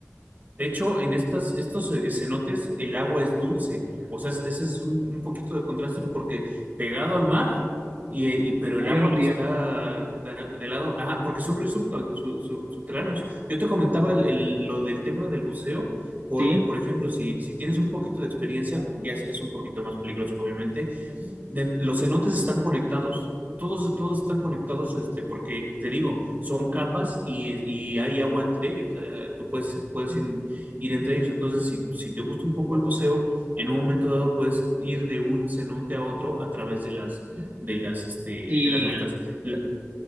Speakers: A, on the right; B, on the right.
A: De hecho, en estas, estos eh, cenotes el agua es dulce. O sea, es- ese es un, un poquito de contraste porque pegado al mar, y, eh, y- pero el
B: Hay
A: agua
B: un río,
A: que está de, de lado, ah, porque son ríos subto- su- su- subterráneos. Yo te comentaba el- el- lo del tema del buceo, porque,
B: ¿sí?
A: por ejemplo, si, si tienes un poquito de experiencia, ya es, es un poquito más peligroso, obviamente, de- los cenotes están conectados. Todos, todos están conectados, este, porque te digo, son capas y, y hay agua entre ellos. eh, tú puedes, puedes ir, ir entre ellos. Entonces, si, si te gusta un poco el buceo, en un momento dado puedes ir de un cenote a otro a través de las, de las, este,
B: Y
A: de las grutas. La-